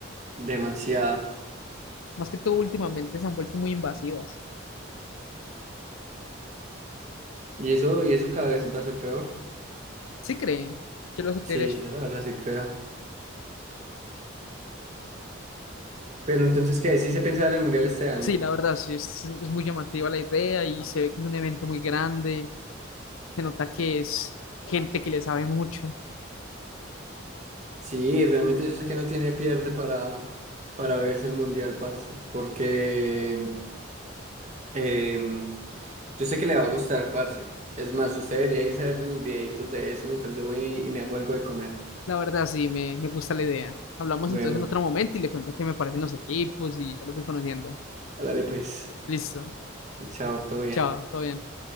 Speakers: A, on the right; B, on the left.
A: Demasiado.
B: Más que todo últimamente se han vuelto muy invasivas.
A: Y eso, y eso cada vez va a ser peor.
B: ¿Sí creen? ¿Qué lo hace
A: Sí,
B: creer eso?
A: yo la verdad sí creo. Pero entonces, ¿qué? Sí se piensa ver el mundial este año.
B: Sí, la verdad, sí, es, es muy llamativa la idea y se ve que es un evento muy grande, se nota que es gente que le sabe mucho.
A: Sí, realmente yo sé que no tiene pierde para, para verse el mundial, parce. Porque em, em, yo sé que le va a gustar, parce. Es más, usted debería irse a ver unos videitos de eso mientras yo voy y me hago algo de comer.
B: La verdad, sí, me, me gusta la idea. Hablamos
A: Bueno,
B: entonces en otro momento y le cuento qué me parecen los equipos y ya los voy conociendo.
A: hágale pues.
B: Listo,
A: Chao, todo bien.
B: chao, todo bien.